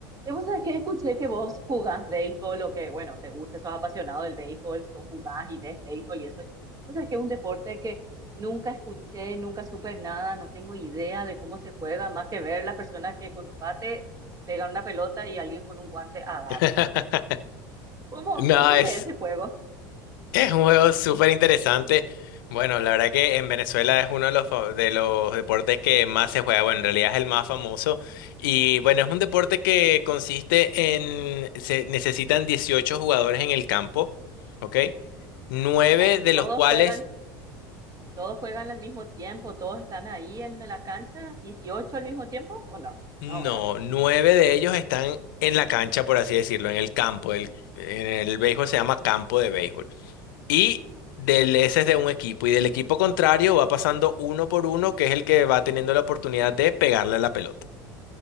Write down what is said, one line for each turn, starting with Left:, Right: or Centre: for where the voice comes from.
Right: Yo, vos sabés que escuché que vos jugás béisbol o que, bueno, te gusta, sos apasionado del béisbol, so- jugás y ves béisbol y eso. Vos sabés que es un deporte que nunca escuché, nunca supe nada, no tengo idea de cómo se juega, más que ver las personas que con un bate pegan una pelota y alguien con un guante agarra.
Left: <laughs>
Right: ¿Cómo,
Left: No,
Right: cómo es lo
Left: es,
Right: que es ese juego? O
Left: es un juego súper interesante. Bueno, la verdad que en Venezuela es uno de los, fa- de los deportes que más se juega. Bueno, en realidad es el más famoso. Y bueno, es un deporte que consiste en, se necesitan 18 jugadores en el campo, ¿ok? Nueve
Right: sea,
Left: de
Right: Todos
Left: los cuales,
Right: juegan, todos juegan al mismo tiempo, todos están ahí en la cancha, 18 al mismo tiempo, ¿o no?
Left: no,
Right: No, ¿verdad?
Left: nueve de ellos están en la cancha, por así decirlo, en el campo. El- en el béisbol se llama campo de béisbol. Y del, ese es de un equipo. Y del equipo contrario va pasando uno por uno, que es el que va teniendo la oportunidad de pegarle a la pelota.